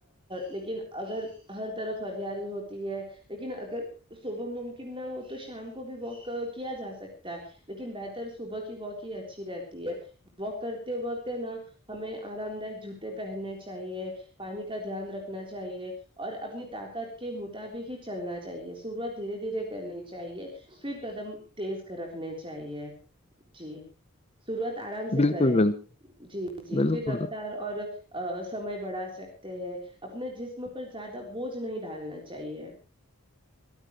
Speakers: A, on the right; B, on the left.
A: لیکن اگر ہر طرف ہریالی ہوتی ہے لیکن اگر صبح ممکن نہ ہو تو شام کو بھی واک کیا جا سکتا ہے لیکن بہتر صبح کی واک ہی اچھی رہتی ہے واک کرتے وقت ہے نا ہمیں آرام دائک جوتے پہننے چاہیے پانی کا دھیان رکھنا چاہیے اور اپنی طاقت کے مطابق ہی چلنا چاہیے شروعات دھیرے دھیرے کرنی چاہیے پھر قدم تیز کر رکھنے چاہیے جی شروعات آرام سے
B: بالکل
A: کرے
B: بالکل
A: جی جی
B: بالکل
A: پھر رفتار اور سمے بڑھا سکتے ہیں اپنے جسم پر زیادہ بوجھ نہیں ڈالنا چاہیے